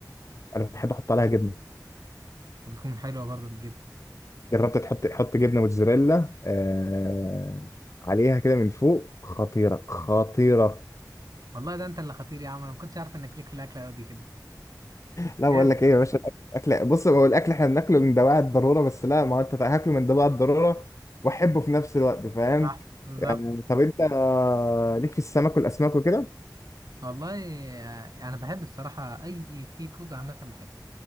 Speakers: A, on the left (about 45°); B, on the right (about 55°).
A: انا بحب احط عليها جبنه
B: وبتكون حلوه برضه بالجبن
A: جربت تحط تحط جبنه موتزاريلا آه... عليها كده من فوق خطيره خطيره
B: والله ده انت اللي خطير يا عم انا ما كنتش عارف انك ليك في الاكله دي كده
A: لا
B: جامد
A: بقول لك ايه يا باشا الاكل بص هو الاكل احنا بناكله من دواعي الضروره بس لا ما هو انت هاكله من دواعي الضروره واحبه في نفس الوقت فاهم
B: صح بالظبط
A: يعني طب انت آه، ليك في السمك والاسماك وكده
B: والله آه، انا بحب الصراحه اي سي فود عامه بحبه